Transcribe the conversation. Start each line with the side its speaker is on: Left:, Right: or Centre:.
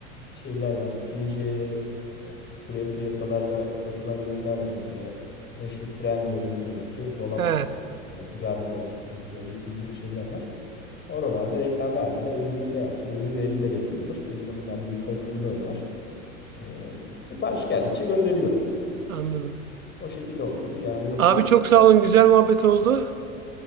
Left: şeyler var. İkinci eee, türev piyasalarda satılan ürünler var. Mesela meşhur Trendyol'un diyelim ki dolap
Right: He,
Left: uygulaması, Gardrops gibi böyle ikinci şeyler var. Oralarda reklam vermeden ürünü koyarsın. Ürün de elinde bekliyordur. Benim mesela bir miktar ürünüm öyle var. Ee, sipariş geldikçe gönderiyorum.
Right: anladım.
Left: O şekilde olabilir. Yani yoksa
Right: Abi çok sağ olun güzel muhabbet oldu.